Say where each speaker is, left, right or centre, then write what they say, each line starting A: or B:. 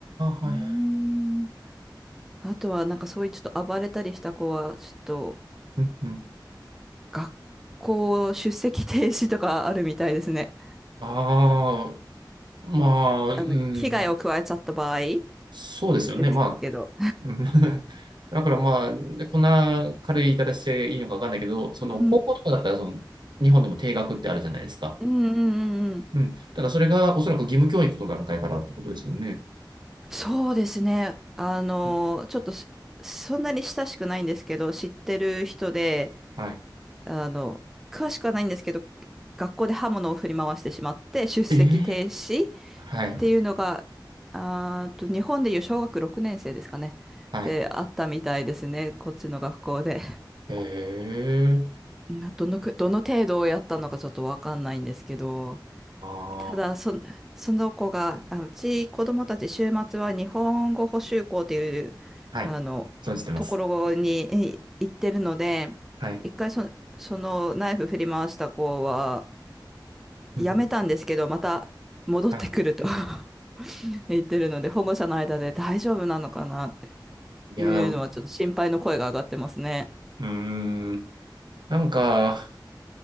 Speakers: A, on the right; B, in the centre.
A: あ、
B: うーん
A: はいはい。
B: あとはなんかそういうちょっと暴れたりした子は、ちょっと
A: うんうん。
B: 学校出席停止とかあるみたいですね。
A: ああ、まあ、うん。
B: あの、危害を加えちゃった場合
A: そうですよね。
B: ですけど。
A: まあ、うん <laughs> だからまあ、こんな軽い言い方していいのかわかんないけど、その高校とかだったらその日本でも定額ってあるじゃないですか。
B: うんうんうんうんうん。
A: うん。ただそれがおそらく義務教育の段階からってことですよね。
B: そうですね。あの、
A: うん。
B: ちょっとしそんなに親しくないんですけど、知ってる人で、
A: はい。
B: あの、詳しくはないんですけど、学校で刃物を振り回してしまって出席停止っ
A: ええはい。
B: ていうのが、あーと、日本でいう小学6年生ですかね。
A: はい。
B: で、あったみたいですね。こっちの学校で。
A: ええ
B: <laughs> まあどのく、どの程度をやったのかちょっとわかんないんですけど、
A: ああ
B: ただ、そ、その子が、あうち子供たち週末は日本語補習校っていう、
A: はい。
B: あの、
A: 存じてます。
B: ところにえ行ってるので、
A: はい。
B: 一回そ、そのナイフ振り回した子は、やめたんですけど、
A: うんうん。
B: また戻ってくると
A: はい。
B: <laughs> 言ってるので、保護者の間で大丈夫なのかなって
A: いや、
B: いうのはちょっと心配の声が上がってますね。
A: うーん。なんか、